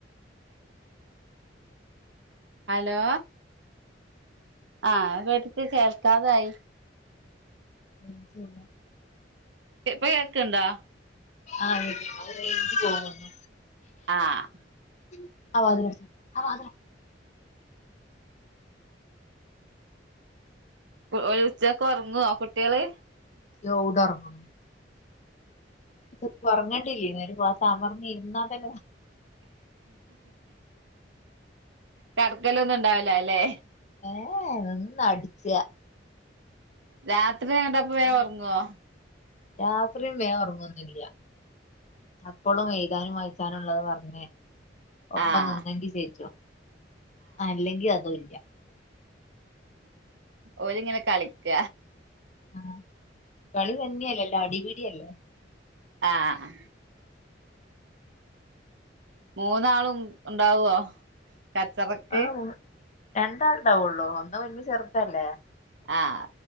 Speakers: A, on the right; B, on the left.
A: ഹലോ ആഹ് <unintelligible> ട്ടക്ക് കേൾക്കാതായി.
B: ഉല്ല
A: ഇപ്പ കേക്ക്ണ്ടാ.
B: ആ കേക്ക് ണ്ട്
A: ആഹ്
B: <unintelligible>
A: ഒരു ഉച്ചക്ക് ഒർങ്ങോ കുട്ടിയേള്.
B: യൗ ഡ ഒറ്ങ്ങണ് ഇപ്പൊർങ്ങണ്ടില്ലേനി ഒരു <unintelligible> തമർന്ന് ഇരുന്നാതെന്നെ
A: കടക്കലൊന്നും ഉണ്ടാവുല ലേ
B: ഏ ഏ നിന്നടിച്ചാ
A: രാത്രി ഏണ്ടാപ്പം വേ ഒറങ്ങോ
B: രാത്രിം വേം ഉറങ്ങൊന്നില്ല അപ്പളും എഴുതാനും വായി ച്ചാനുള്ളത് പർഞ്ഞ് ഒപ്പം
A: ആഹ്
B: നിന്നെങ്കി ചെജ്ജും അല്ലെങ്കിൽ അതു ഇല്ല
A: ഓരിങ്ങനെ കളിക്ക
B: ആഹ കളി തന്നെയല്ലല്ല അടിപിടിയല്ലേ?
A: ആഹ് മൂന്നാളും ഉണ്ടാവുവോ? കച്ച പക്കേ
B: ആ രണ്ടാൾണ്ടാവുള്ളൂ ഒന്ന് വഞ്ഞ് ചെറുതല്ലേ
A: ആഹ